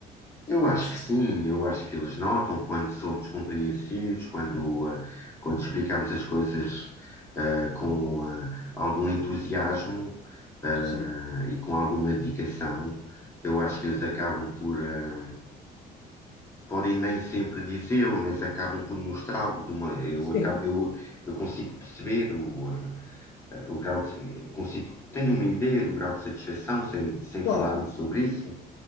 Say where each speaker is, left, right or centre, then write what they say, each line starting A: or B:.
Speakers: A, on the left (about 15°); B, on the left (about 80°).
A: Eu
B: Eu
A: acho
B: acho
A: que
B: que
A: sim,
B: sim.
A: eu acho que eles notam quando somos compreensivos, quando, eh, quando explicamos as coisas eh, com eh, algum entusiasmo eh,
B: Sim,
A: e com alguma dedicação. Eu acho que eles acabam por, eh, podem nem sempre dizê-lo, mas acabam por mostrá-lo de uma, eu,
B: Sim,
A: acabo, eu, eu consigo perceber o, eh, o grau de, eu consigo, tenho uma ideia do grau de satisfação sem, sem falarmos
B: claro.
A: sobre isso.